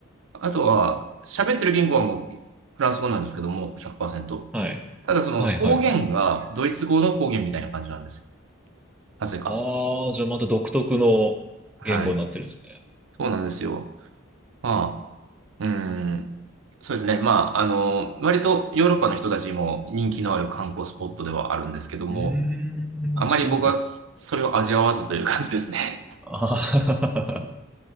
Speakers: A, on the right; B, in the centre.
A: あとは、喋ってる言語はもうフランス語なんですけども、100%。
B: はい。
A: ただその方言がドイツ語の方言みたいな感じなんですよ。
B: はいはいはい
A: なぜか。
B: ああ、じゃあまた独特の言語になってるんですね。
A: はい。そうなんですよ。まあ、うん。そうですね。まあ、あの、割とヨーロッパの人たちも人気のある観光スポットではあるんですけども、
B: うーん、まあそうです。
A: あまり僕はそれを味わわずという感じですね。
B: あー